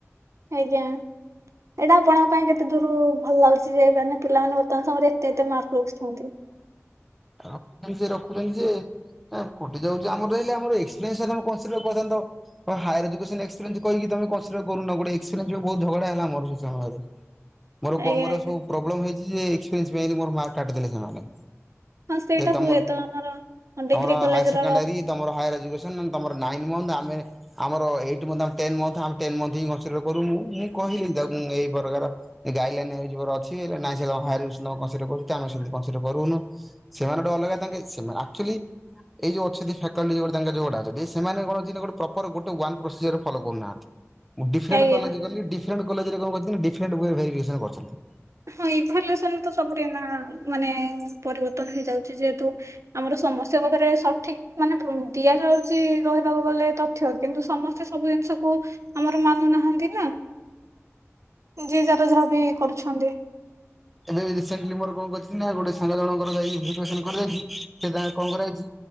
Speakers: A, on the right; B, in the centre.
A: ଆଜ୍ଞା। ଏଇଡ଼ା ଆପଣଙ୍କ ପାଇଁ କେତେ ଦୂରୁ ଭଲ ଲାଗୁଛି ଯେ ମାନେ ପିଲାମାନେ ବର୍ତ୍ତମାନ ସମୟରେ ଏତେ ଏତେ ମାର୍କ ରଖୁଛନ୍ତି।
B: ରଖୁଚନ୍ତି ଯେ ରଖୁଛନ୍ତି ଯେ ହେଁ କଟିଯାଉଚି ଆମର ହେଲେ ଆମର ଏକ୍ସପେରିଏନ୍ସ ହେଲେ ଆମ କନ୍ସିଡର୍ କରନ୍ତ। ତମ ହାଇଅର୍ ଏଜୁକେସନ ଏକ୍ସପେରିଏନ୍ସ କହିକି ତମେ କନ୍ସିଡର୍ କରୁନ ଗୋଟେ ଏକ୍ସପେରିଏନ୍ସ <unintelligible> ବୋହୁତ ଝଗଡ଼ା ହେଲା ଆମର ସେଇ ସମୟରେ। ମୋରୋ କମର
A: ଆଜ୍ଞା ଆଜ୍ଞା
B: ସବୁ ପ୍ରୋବ୍ଲୋମ ହେଇଚି ଯେ ଏକ୍ସପେରିଏନ୍ସ ପାଇଁ ବି ମୋରୋ ମାର୍କ କାଟିଦେଲେ ସେମାନେ।
A: ହଁ ସେଇଟା
B: ଯେ ତମର
A: ହୁଏ ତ ଆମର ଡିଗ୍ରୀ
B: ତମର
A: କଲେଜର
B: ହାଇଅର୍ ସେକେଣ୍ଡାରୀ ତମର ହାଇଅର ଏଯୁକେ ନା ନା ତମର ନାଇ ମନ୍ଥ ଆମେ ଆମର ଏଇଥ ମନ୍ଥ ଆମେ ଟେନ ମନ୍ଥ ଆମେ ଟେନ ମନ୍ଥ ହିଁ କନ୍ସିଡର୍ କରୁୁ ମୁଁ କହିଲି ତାକୁ ଏଇ ପରକାର ଏ ଗାଇଡ ଲାଇନ୍ ହେଇ ଯିବାର ଅଛି ନା ସେ ହଁ ହାୟର ରିକ୍ସ ନୋ କନ୍ସିଡର୍ କରୁଚି ଆମର ସେମିତି କନ୍ସିଡର୍ କରୁନୁ। ସେମାନେ ଗୋଟେ ଅଲଗା ତାଙ୍କେ ସେମାନେ ଆକଚୁଆଲି ଏଇ ଯଉ ଅଛନ୍ତି ଫାକଲ୍ଟି ତାଙ୍କ ଯୋଉ ତାଙ୍କ ଯୋଉ ଏରା ସେମାନେ କଣ ଯଦି ପ୍ରପର ଗୋଟେ ୱାନ୍ ପ୍ରୋସିଜର ଫଲୋ କରୁନାହାନ୍ତି। ମୁଁ ଡିଫରେଣ୍ଟ
A: ଆଜ୍ଞା
B: କଲେଜ୍ ଗଲି ଡିଫରେଣ୍ଟ କଲେଜ୍ ରେ କଣ କରୁଛନ୍ତି ଡିଫରେଣ୍ଟ ଓୱେ ରେ ଭରିଫିକେସନ କରିଛନ୍ତି।
A: ହଁ ଏଭଲୁସନ୍ ତ ସବୁଠି ନା ମାନେ ପରିବର୍ତ୍ତନ ହେଇଯାଉଛି ଯେହେତୁ ଆମର ସମସ୍ୟା ପାଖରେ ସଠିକ ମାନେ ଉ ଦିଆଯାଉଛି ରହିବାକୁ ଗଲେ ତ ତ୍ୟ କିନ୍ତୁ ସମସ୍ତେ ସବୁ ଜିନିଷକୁ ଆମର ମାନୁନାହାନ୍ତି ନା। ଯିଏ ଯାହାର ଯାହା ବିି କରୁଛନ୍ତି।
B: ଏବେ ରସେଣ୍ଟଲି ମୋର କଣ କରିଛି ନା ଗୋଟେ ସାଙ୍ଗ ଜଣଙ୍କର ଯାଇଛି ଭରିଫିକେସନ କରିବା ପାଇଁ ସେ ତାଙ୍କ କଣ କରା ହେଇଛି